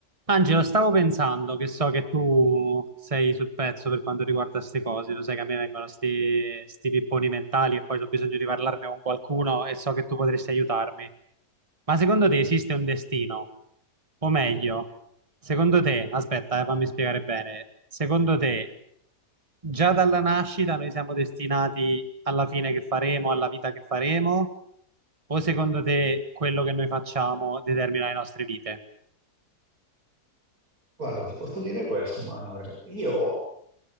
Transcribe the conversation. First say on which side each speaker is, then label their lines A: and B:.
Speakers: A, on the right (about 20°); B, on the right (about 70°).
A: Angelo, stavo pensando che so che tu sei sul pezzo per quanto riguarda queste cose, tu sai che a me vengono sti, sti pipponi mentali e poi ho bisogno di parlarne con qualcuno e so che tu potresti aiutarmi. Ma secondo te esiste un destino? O meglio, secondo te, aspetta, eh, fammi spiegare bene, secondo te già dalla nascita noi siamo destinati alla fine che faremo, alla vita che faremo? O secondo te quello che noi facciamo determina le nostre vite?
B: Guarda, ti posso dire questo, Manuel. Io,